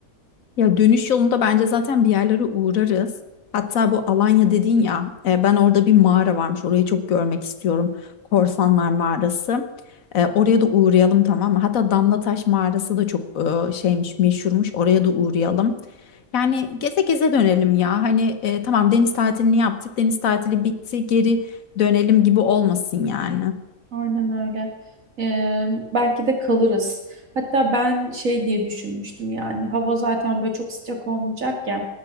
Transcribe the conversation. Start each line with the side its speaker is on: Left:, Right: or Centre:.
Left: Ya dönüş yolunda bence zaten bir yerlere uğrarız. Hatta bu Alanya dedin ya, e, ben orada bir mağara varmış. Orayı çok görmek istiyorum. Korsanlar Mağarası. E, oraya da uğrayalım tamam mı? Hatta Damlataş Mağarası da çok e, şeymiş, meşhurmuş. Oraya da uğrayalım. Yani geze geze dönelim ya. Hani e, tamam deniz tatilini yaptık, deniz tatili bitti, geri dönelim gibi olmasın yani.
Right: Aynen öyle. Ee, belki de kalırız. Hatta ben şey diye düşünmüştüm yani hava zaten böyle çok sıcak olmayacak ya.